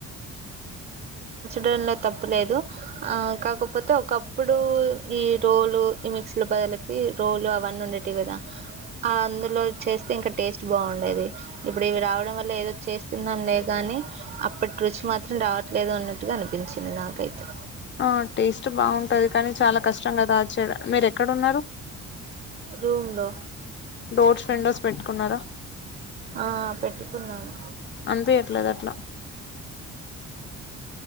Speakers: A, on the right; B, on the left.
A: డంలో తప్పులేదు కాకపోతే ఒకప్పుడు ఈ రోలు ఈ మిక్సీలో బదులకి రోలు అవన్నీ ఉండేటివి కదా అందులో చేస్తే ఇంకా టేస్ట్ బాగుండేది ఇప్పుడు ఇవి రావడం వల్ల ఏదో చేస్తున్నాంలే కానీ అప్పటి రుచి మాత్రం రావట్లేదు అన్నట్టుగా అనిపించింది నాకైతే
B: ఆ టేస్ట్ బాగుంటది కానీ చాలా కష్టం కదా అది చేయ మీరు ఎక్కడున్నారు
A: రూములో
B: డోర్స్ విండోస్ పెట్టుకున్నారా
A: ఆ పెట్టుకున్నాను
B: అనిపేట్లేదట్లా